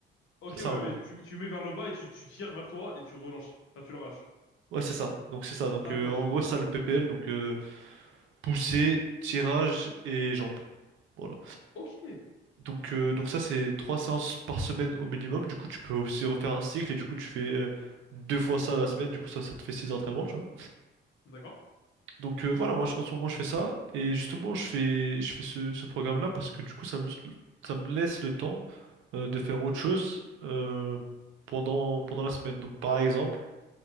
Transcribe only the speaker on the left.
Ok,
ouais,
ouais,
tu, tu mets vers le bas et tu, tu tires vers toi et tu relances. Enfin, tu l'arraches.
D'accord.
Ok.
Ok.
D'accord.